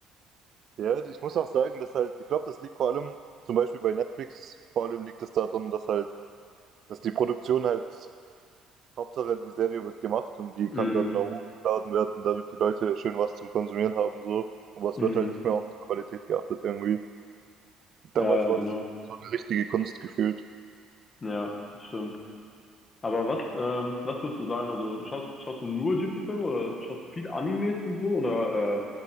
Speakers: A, on the right (about 35°); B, on the left (about 20°).
A: Ja, ich muss auch sagen, dass halt, ich glaube, das liegt vor allem, zum Beispiel bei Netflix, vor allem liegt es daran, dass halt, dass die Produktion halt Hauptsache, die Serie wird gemacht und die
B: Mhm.
A: kann dann da hochgeladen werden, damit die Leute schön was zum Konsumieren haben, so. Aber es
B: Mhm.
A: wird halt nicht mehr auf die Qualität geachtet irgendwie. Damals
B: Ja, ja,
A: war
B: genau.
A: das so eine richtige Kunst gefühlt.
B: Ja, das stimmt. Aber was, ähm, was würdest du sagen? Also schaust, schaust du nur Ghibli-Filme oder schaust du viele Animes und so oder äh,